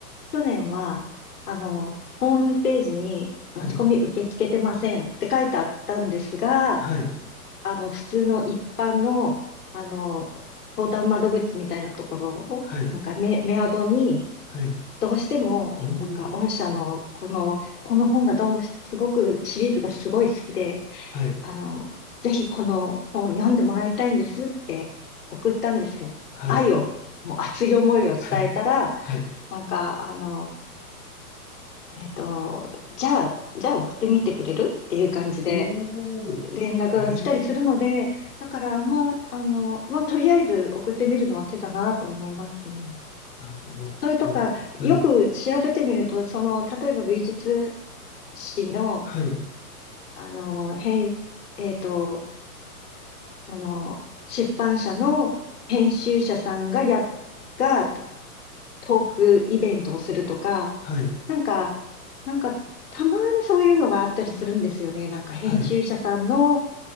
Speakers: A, on the left; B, on the left.
A: 去年は、あの、ホームページに持ち込み受け付けてませんって書いてあったんですが、
B: はい、はい、
A: あの、普通の一般の、あの、相談窓口みたいなところを、
B: はい、
A: なんかメ、メアドに、
B: はい。
A: どうしても、
B: おお、
A: なんか、御社の、この、この本がどうもすごく、シリーズがすごい好きで、
B: はい、
A: あの、ぜひこの本読んでもらいたいんですって送ったんですよ。
B: はい、
A: 愛を、もう熱い思いを伝えたら、
B: <laughs> はい。
A: なんか、あの、えっと、じゃあ、じゃあ送ってみてくれるっていう感じで
B: おお、
A: 連絡が来たりするので、
B: ええ
A: だから、まあ、あの、まあ、とりあえず送ってみるのは手だなと思いますね。
B: なるほど。まあ、
A: それとか、
B: あの、
A: よく調べてみると、
B: はい、
A: その、例えば美術誌の、
B: はい、
A: あの、編、えっと、その、出版社の編集者さんがや、がトークイベントをするとか、
B: はい、
A: なんか、なんか、たまにそういうのがあったりするんですよね。なんか編集者さんの、
B: はい、